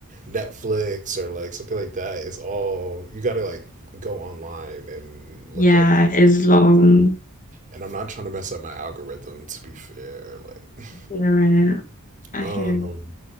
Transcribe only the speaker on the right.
Netflix or like something like that, it's all you gotta like go online and
look up the
and I'm not trying to mess up my algorithm to be fair. Like,
um,